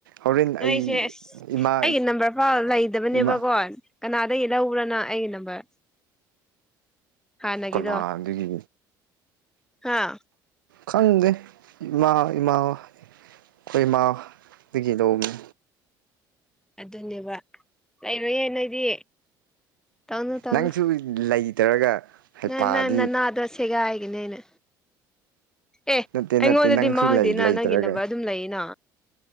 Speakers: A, on the right; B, in the centre.
A: ꯍꯣꯔꯦꯟ
B: ꯅꯣꯏꯁꯦ
A: ꯑꯩ
B: ꯑꯁ
A: ꯏꯃꯥ
B: ꯑꯩꯒꯤ ꯅꯝꯕꯔ ꯐꯥꯎ ꯂꯩꯗꯕꯅꯦꯕꯀꯣ
A: ꯏꯃꯥ
B: ꯀꯅꯥꯗꯒꯤ ꯂꯧꯕ꯭ꯔꯥꯅ ꯑꯩꯒꯤ ꯅꯝꯕꯔ ꯍꯅꯒꯗꯣ
A: ꯀꯅꯥꯗꯒꯤ
B: ꯍꯥꯥ
A: ꯈꯪꯗꯦ ꯏꯃꯥ ꯏꯃꯥ ꯑꯩꯈꯣꯏ ꯏꯃꯥꯗꯒꯤ ꯂꯧꯅꯤ
B: ꯑꯗꯨꯅꯦꯕ ꯂꯩꯔꯣꯏꯌꯦꯦ ꯅꯣꯏꯗꯤ ꯇꯧꯅ ꯇꯧꯅ
A: ꯅꯪꯁꯨ ꯂꯩꯇ꯭ꯔꯒ ꯍꯩꯄꯥꯗꯤ
B: ꯅ ꯅ ꯅꯅꯥ ꯑꯗꯣꯁꯦꯒ ꯍꯥꯏ ꯅꯦꯩꯅ ꯑꯦ
A: ꯅꯠꯇꯦ
B: ꯑꯩꯉꯣꯟꯗꯗꯤ
A: ꯅꯠꯇꯦ ꯅꯪꯁꯨ
B: ꯃꯥꯡꯗꯦꯅ
A: ꯂꯩꯇ꯭ꯔꯒ
B: ꯅꯪꯒꯤ ꯅꯝꯕꯔ ꯑꯗꯨꯝ ꯂꯩꯅ